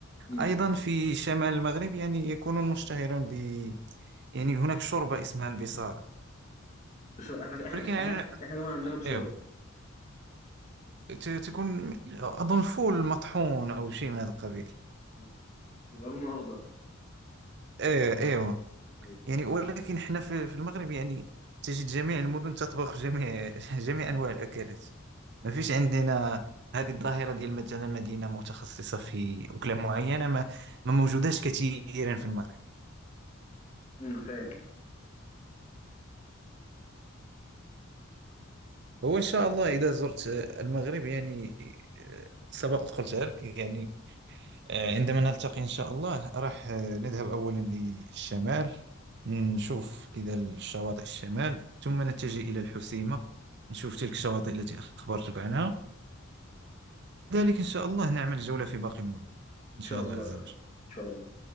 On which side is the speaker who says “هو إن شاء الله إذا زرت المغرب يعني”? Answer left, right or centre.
Right